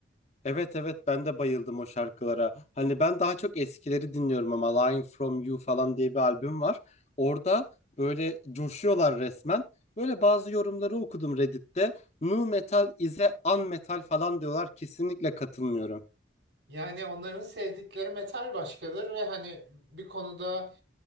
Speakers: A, on the left; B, on the right.
A: Evet evet ben de bayıldım o şarkılara. Hani ben daha çok eskileri dinliyorum ama Lying From You falan diye bir albüm var. Orada böyle coşuyorlar resmen. Böyle bazı yorumları okudum Reddit'te. Nu metal is a un metal falan diyorlar. Kesinlikle katılmıyorum.
B: Yani onların sevdikleri metal başkadır ve hani bir konuda